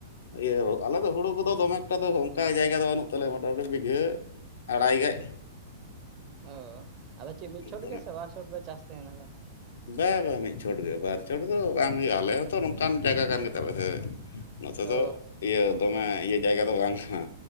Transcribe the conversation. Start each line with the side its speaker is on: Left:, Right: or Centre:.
Left: ᱤᱭᱟᱹ ᱟᱞᱮ ᱫᱚ ᱦᱩᱲᱩ ᱠᱚᱫᱚ ᱫᱚᱢᱮᱠᱴᱟ ᱫᱚ ᱚᱱᱠᱟ ᱡᱟᱭᱜᱟ ᱫᱚ ᱵᱟᱹᱱᱩᱜ ᱛᱟᱞᱮᱭᱟ ᱢᱚᱴᱟᱢᱩᱴᱤ ᱵᱤᱜᱷᱟᱹ᱾ ᱟᱲᱟᱭ ᱜᱮᱡ
Right: ᱚᱻ ᱟᱫᱚ ᱪᱮᱫ ᱢᱤᱫ ᱪᱷᱚᱴ
Left: ᱫᱚᱢᱮ
Right: ᱜᱮ, ᱥᱮ ᱵᱟᱨ ᱪᱷᱚᱴ ᱵᱮ ᱪᱟᱥ ᱛᱟᱦᱮᱸ ᱱᱟᱵᱮᱱ
Left: ᱵᱟᱝ ᱵᱟᱝ ᱢᱤᱫ ᱪᱷᱚᱴ ᱜᱮ ᱵᱟᱨ ᱪᱷᱚᱴ ᱫᱚ ᱵᱟᱝ ᱦᱩᱭᱩᱜ-ᱟ ᱟᱞᱮ ᱦᱚᱸᱛᱚ ᱱᱚᱝᱠᱟᱱ ᱡᱟᱭᱜᱟ ᱠᱟᱱ ᱜᱮᱛᱟᱞᱮ ᱥᱮ᱾ ᱱᱚᱛᱮ
Right: ᱚ
Left: ᱫᱚ ᱤᱭᱟᱹ ᱫᱚᱢᱮ ᱤᱭᱟᱹ᱾ ᱡᱟᱭᱜᱟ ᱫᱚ ᱵᱟᱝ ᱠᱟᱱᱟ,